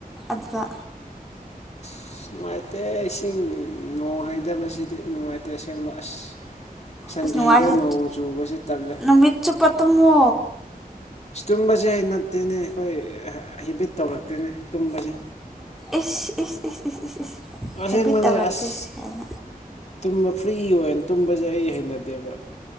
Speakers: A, in the centre; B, on the left.
A: ꯑꯗꯨꯗ
B: ꯑꯁ ꯅꯨꯡꯉꯥꯏꯇꯦ ꯏꯁꯤꯡ ꯅꯣꯡ ꯍꯩꯇꯕꯁꯤꯗꯤ ꯅꯨꯡꯉꯥꯏꯇꯦ ꯑꯁꯦꯡꯕ ꯑꯁ ꯁꯟꯗꯦꯗ
A: ꯑꯁ ꯅꯨꯡꯉꯥꯏꯁꯦ
B: ꯅꯣꯡ ꯆꯨꯕꯁꯨ ꯇꯜꯂꯦ
A: ꯅꯨꯃꯤꯠ ꯆꯨꯞꯄ ꯇꯨꯝꯃꯣ
B: ꯇꯨꯝꯕꯁꯦ ꯑꯩ ꯅꯠꯇꯦꯅꯦ ꯑꯩꯈꯣꯏ ꯍꯦꯕꯤꯠ ꯇꯧꯔꯛꯇꯦꯅꯦ ꯇꯨꯝꯕꯁꯦ
A: ꯏꯁ ꯏꯁ ꯏꯁ ꯏꯁ ꯏꯁ ꯏꯁ
B: ꯑꯁꯦꯡꯕꯅꯦ
A: ꯍꯦꯕꯤꯠ ꯇꯧꯔꯛꯇꯦ
B: ꯑꯁ
A: ꯀꯥꯏꯅ
B: ꯇꯨꯝꯕ ꯐ꯭ꯔꯤ ꯑꯣꯏꯅ ꯇꯨꯝꯕꯁꯦ ꯑꯩ ꯍꯩꯅꯗꯦꯕ